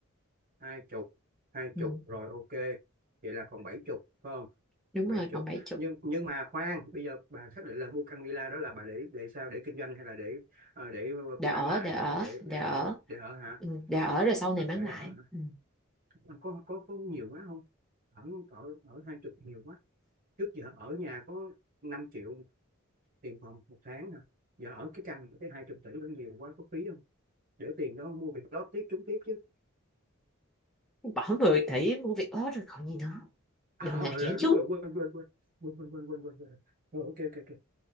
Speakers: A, on the right; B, in the centre.
A: hai chục hai
B: ừ,
A: chục rồi ok vậy là còn bảy chục phải không
B: đúng
A: bảy
B: rồi
A: chục
B: còn bảy chục
A: nhưng nhưng mà khoan bây giờ bà xác định là mua căn villa đó là bà để để sao để kinh doanh hay là để ờ, để
B: để ở
A: bán lại
B: để ở
A: hay là để
B: để
A: để
B: ở
A: ở để ở hả
B: ừ, để ở rồi sau này
A: để
B: bán lại
A: ở hả?
B: ừ.
A: Ờ, có có có nhiều quá không ở ở ở hai chục nhiều quá trước giờ ở nhà có 5 triệu tiền phòng một tháng hả giờ ở cái căn cái hai chục tỷ đó nhiều quá có phí không để tiền đó mua việc lót tiếp trúng tiếp chứ
B: bỏ 10 tỷ mua việc ớt rồi còn gì nữa
A: à,
B: đường
A: à,
B: nào chảy
A: rồi
B: chúng
A: đúng rồi quên quên quên quên quên quên quên quên quên rồi ok ok ok